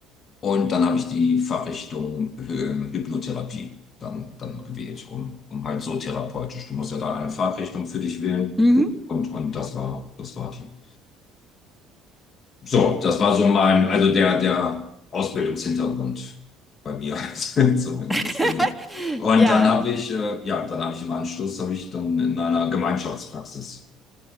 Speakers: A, on the left; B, in the centre.
A: Und dann habe ich die Fachrichtung ähm, Hypnotherapie dann, dann gewählt, um, um halt so therapeutisch. Du musst ja da eine Fachrichtung für dich wählen.
B: Mhm.
A: Und, und das war, das war die. So, das war so mein, also der, der Ausbildungshintergrund bei mir <laughs> zumindest,
B: <laughs>
A: genau. Und
B: ja.
A: dann habe ich, äh, ja, dann habe ich im Anschluss, habe ich dann in einer Gemeinschaftspraxis,